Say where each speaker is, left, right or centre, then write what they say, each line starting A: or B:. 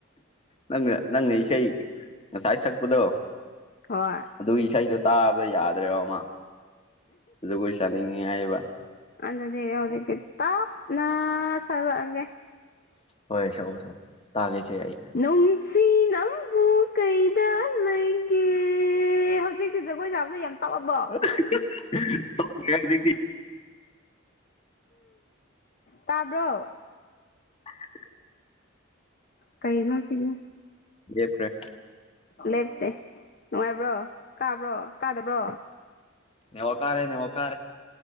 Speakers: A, on the left (about 30°); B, on the left (about 45°).
A: ꯅꯪꯅ ꯅꯪꯅ ꯏꯁꯩ ꯉꯁꯥꯏ ꯁꯛꯄꯗꯣ
B: ꯍꯣꯏ
A: ꯑꯗꯨꯒꯤ ꯏꯁꯩꯗꯣ ꯇꯥꯕꯗ ꯌꯥꯗ꯭ꯔꯦꯕ ꯃꯥ ꯖꯒꯣꯏ ꯁꯅꯤꯡꯌꯦ ꯍꯥꯢꯕꯥ
B: ꯑꯗꯗꯤ ꯌꯥꯎꯗꯦ ꯇꯥꯞꯅ ꯁꯥꯛꯂꯥꯛꯑꯀꯦ
A: ꯍꯣꯏ ꯁꯛꯑꯣ ꯁꯛꯑꯣ ꯇꯥꯒꯦꯁꯦ ꯑꯩ
B: ꯅꯨꯡꯁꯤ ꯅꯪꯕꯨ ꯀꯩꯗ ꯂꯩꯒꯦ ꯍꯧꯖꯤꯛꯇꯤ ꯖꯒꯣꯏ ꯁꯕꯗꯣ ꯌꯥꯝ ꯇꯞꯑꯕꯣ
A: ꯀꯁꯤ <inaudible>
B: ꯇꯥꯕ꯭ꯔꯣ
A: <unintelligible>
B: ꯀꯩꯩꯅꯣ ꯁꯤꯅ
A: ꯂꯦꯞꯈ꯭ꯔꯦ
B: ꯂꯦꯞꯇꯦ ꯅꯨꯡꯉꯥꯏꯕ꯭ꯔꯣꯇꯥꯕ꯭ꯔꯣ ꯇꯥꯗꯕ꯭ꯔꯣ
A: ꯅꯤꯜꯋꯥ ꯀꯥꯔꯦ ꯅꯤꯜꯋ ꯀꯥꯔꯦ